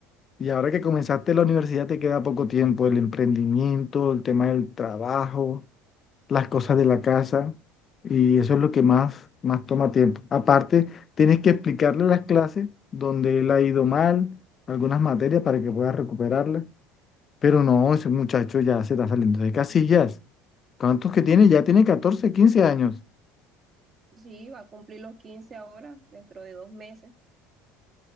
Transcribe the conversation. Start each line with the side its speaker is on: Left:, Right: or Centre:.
Left: y ahora que comenzaste la universidad te queda poco tiempo, el emprendimiento, el tema del trabajo, las cosas de la casa y eso es lo que más, más toma tiempo. Aparte, tienes que explicarle las clases donde él ha ido mal, algunas materias para que pueda recuperarlas Pero no, ese muchacho ya se está saliendo de casillas. ¿Cuántos que tiene? Ya tiene 14, 15 años.
Right: Sí, va a cumplir los quince ahora, dentro de dos meses.